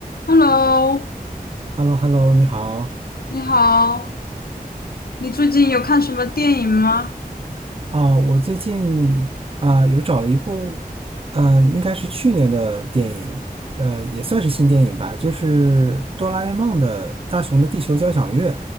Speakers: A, on the left; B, on the right.
A: Hello，
B: h e l l o h e l l o 你好。
A: 你好，你最近有看什么电影吗？
B: 啊！我最近啊、有找了一部，呃，应该是去年的电影，呃，也算是新电影吧，就是《哆啦 A 梦的大雄的地球交响乐》，